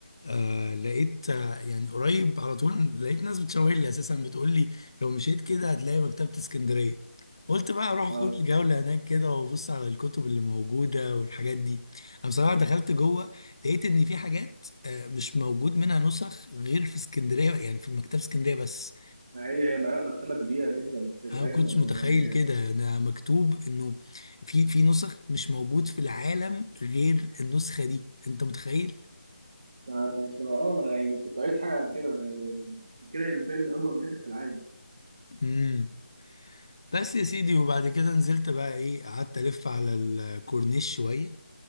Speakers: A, on the left; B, on the right.
A: آه لقيت آه يعني قريب على طول لقيت ناس بتشاور لي اساسا بتقول لي لو مشيت كده هتلاقي مكتبه اسكندريه قلت بقى اروح
B: اه
A: اخد لي جوله هناك كده وابص على الكتب اللي موجوده والحاجات دي انا بصراحه دخلت جوه لقيت ان في حاجات آه مش موجود منها نسخ غير في اسكندريه يعني في مكتبه اسكندريه بس
B: ما هي هي لا مكتبه كبيره جدا
A: انا
B: فاهم
A: ما كنتش
B: يعني
A: متخيل
B: هي-
A: كده ده مكتوب انه في في نسخ مش موجود في العالم غير النسخة دي انت متخيل
B: ما ما- اه ما انا يعني كنت قريت حاجه عن كده يعني عشان كده هي من فاهم من اكبر مكاتب في العالم
A: امم بس يا سيدي وبعد كده نزلت بقى ايه قعدت الف على الكورنيش شوية